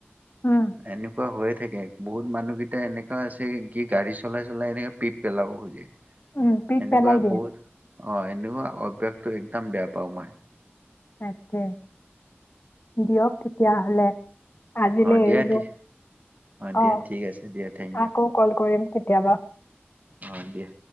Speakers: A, on the left; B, on the right.
A: উম,
B: এনেকুৱা হৈয়ে থাকে বহুত মানুহকেইটা এনেকুৱা আছে কি গাড়ী চলাই চলাই এনেকে পিক পেলাব খোজে
A: উম, পিক
B: এনেকুৱা
A: পেলাই দিয়ে।
B: বহুত অ এনেকুৱা অভ্যাস টো একদম বেয়া পাওঁ মই
A: তাকে দিয়ক তেতিয়াহলে আজিলৈ
B: অ', দিয়া
A: এৰিলো
B: ঠিক দিয়া
A: অ
B: ঠিক আছে দিয়া থেংক ইউ
A: আকৌ কল কৰিম কেতিয়াবা
B: অ এ দিয়া